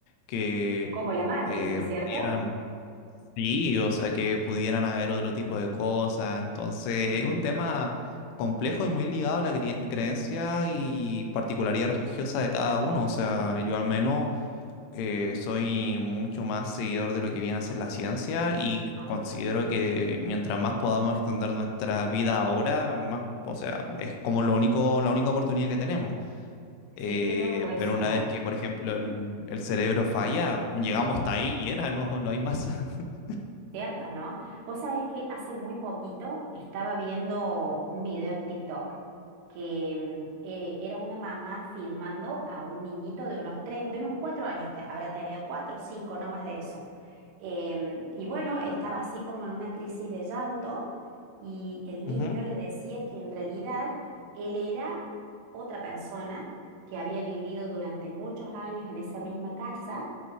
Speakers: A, on the left; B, on the right.
A: que
B: Como la Matrix,
A: eh,
B: ¿no es cierto?
A: pudieran, sí, o sea, que pudieran haber otro tipo de cosas. Entonces, es un tema complejo y muy ligado a la cre- creencia y particularidad religiosa de cada uno. O sea, yo al menos eh, soy mucho más seguidor de lo que viene a ser la ciencia y
B: Ah,
A: considero que mientras más podamos extender nuestra vida ahora, más, o sea, es como lo único, la única oportunidad que tenemos. Eh,
B: sí, qué loco eso,
A: pero una
B: ¿no?
A: vez que, por ejemplo, el, el cerebro falla, llegamos hasta ahí y era, no, no hay más. <laughs>
B: Cierto, ¿no? Vos sabés que hace muy poquito estaba viendo un video en TikTok que mm, eh, era una mamá filmando a un niñito de unos tres, de unos cuatro años, te- habrá tenido cuatro, cinco, no más de eso. Em, y bueno, estaba así como en una crisis de llanto y el niño
A: Ujú,
B: le decía que en realidad él era otra persona que había vivido durante muchos años en esa misma casa